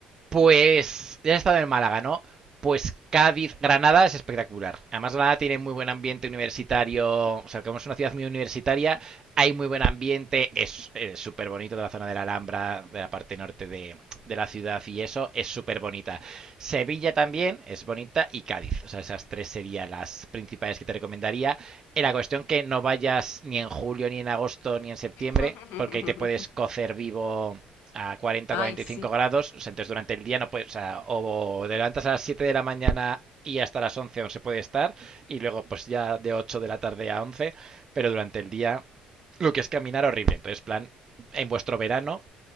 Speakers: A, on the right (about 20°); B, on the left (about 70°).
A: Pues ya he estado en Málaga, ¿no? Pues Cádiz, Granada es espectacular. Además, Granada tiene muy buen ambiente universitario, o sea, como es una ciudad muy universitaria, hay muy buen ambiente, es eh, súper bonito de la zona de la Alhambra, de la parte norte de, de la ciudad y eso, es súper bonita. Sevilla también es bonita y Cádiz, o sea, esas tres serían las principales que te recomendaría. En la cuestión que no vayas ni en julio, ni en agosto, ni en septiembre,
B: <laughs>
A: porque ahí te puedes cocer vivo a 40,
B: Ay,
A: 45
B: sí.
A: grados, o sea, entonces durante el día no puedes, o sea, o te levantas a las 7 de la mañana y hasta las 11 aún se puede estar, y luego pues ya de 8 de la tarde a 11 pero durante el día lo que es caminar horrible, entonces plan, en vuestro verano